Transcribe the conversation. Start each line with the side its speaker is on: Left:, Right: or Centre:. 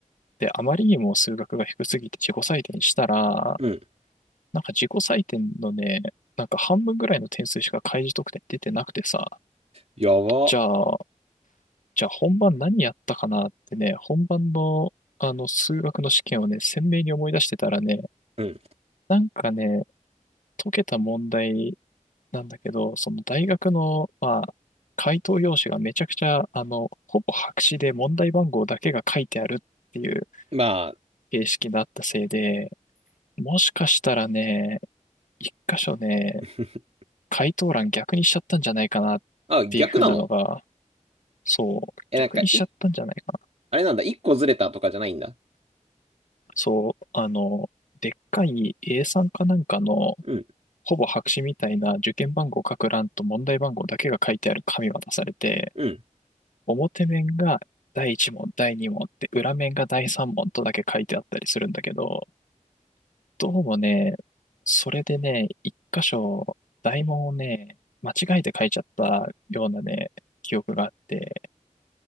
Left: で、あまりにも数学が低すぎて自己採点したら、
Right: うん。
Left: なんか自己採点のね、なんか半分ぐらいの点数しか開示得点出てなくてさ、
Right: やば。
Left: じゃあ、じゃあ本番何やったかなってね、本番のあの数学の試験をね、鮮明に思い出してたらね、
Right: うん。
Left: なんかね、解けた問題なんだけど、その大学の、まあ、回答用紙がめちゃくちゃ、あの、ほぼ白紙で問題番号だけが書いてあるっていう
Right: まあ、
Left: 形式だったせいで、もしかしたらね、一箇所ね、
Right: <laughs>
Left: 回答欄逆にしちゃったんじゃないかなっ
Right: あ、逆なの
Left: ていうふうなのが、そう、
Right: え、
Left: 逆にしちゃったんじゃないかな。
Right: なんか、い、あれなんだ、一個ずれたとかじゃないんだ。
Left: そう、あの、でっかい a んかなんかの、
Right: うん、
Left: ほぼ白紙みたいな受験番号書く欄と問題番号だけが書いてある紙渡されて、
Right: うん。
Left: 表面が第1問、第2問って、裏面が第3問とだけ書いてあったりするんだけど、どうもね、それでね、一箇所、大問をね、間違えて書いちゃったようなね、記憶があって、